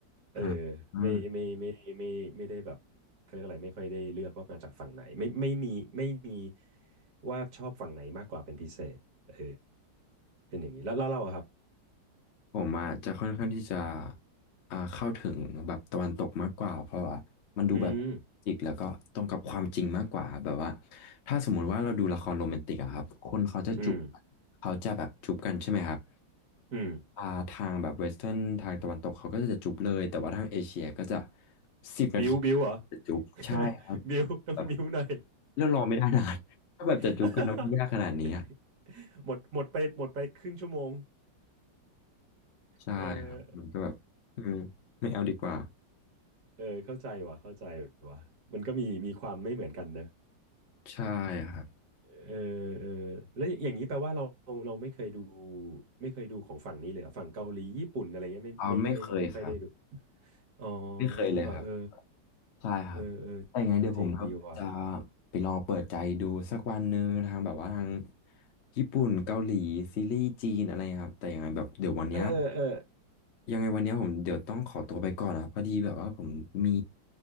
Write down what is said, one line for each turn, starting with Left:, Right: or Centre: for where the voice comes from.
Right: เออ
Left: อ่าอืม
Right: ไม่ไม่ไม่ไม่ไม่ไม่ได้แบบเขาเรียกอะไรไม่ค่อยได้เลือกว่ามาจากฝั่งไหนไม่ไม่มีไม่มีว่าชอบฝั่งไหนมากกว่าเป็นพิเศษเออเป็นอย่างนี้แล้วแล้วเราอะครับ
Left: ผมอ่ะจะค่อนข้างที่จะอ่าเข้าถึงแบบตะวันตกมากกว่าเพราะว่ามันดูแบบ
Right: อืม
Left: จริกแล้วก็ตรงกับความจริงมากกว่าแบบว่าถ้าสมมุติว่าเราดูละครโรแมนติกอะครับคนเขาจะจูบ
Right: อืม
Left: เขาจะแบบจูบกันใช่ไหมครับ
Right: อืม
Left: อ่าทางแบบเวสเทิร์นทางตะวันตกเขาก็จะจุบเลยแต่ว่าทางเอเชียก็จะสิบนาที
Right: บิวบิวเหรอ
Left: จะจุบใช่ครับ
Right: <laughs> บิวต้องบิวหน่อย
Left: แบบแล้วรอไม่ได้นาน <laughs> ถ้าแบบจะจุบกันแล้วมันยากขนาดนี้อะ
Right: <laughs> <laughs> หมดหมดไปหมดไปครึ่งชั่วโมง
Left: ใช่ครับมันก็แบบอืมไม่เอาดีกว่า
Right: เออเออเข้าใจว่ะเข้าใจว่ะมันก็มีมีความไม่เหมือนกันเนอะ
Left: ใช่ครับ
Right: เออเออแล้วอย่างนี้แปลว่าเราเราไม่เคยดูไม่เคยดูของฝั่งนี้เลยเหรอฝั่งเกาหลีญี่ปุ่นอะไรเงี้ยไม่ไม่ไม่ไม่ค่อยได้ดู
Left: อ่าไม่เคยครับ
Right: อ๋อ
Left: ไม่เคยเลยครับ
Right: เออ
Left: ใช่ครับ
Right: เออเออ
Left: แต่ยังไงเดี๋ยวผมแบบจะ
Right: เจ๋งดีว่ะ
Left: ไปลองเปิดใจดูสักวันหนึ่งทางแบบว่าทางญี่ปุ่นเกาหลีซีรีส์จีนอะไรครับแต่ยังไงแบบเดี๋ยววันเนี้ย
Right: เออเออ
Left: ยังไงวันเนี้ยผมเดี๋ยวต้องขอตัวไปก่อนนะครับพอดีแบบว่าผมมี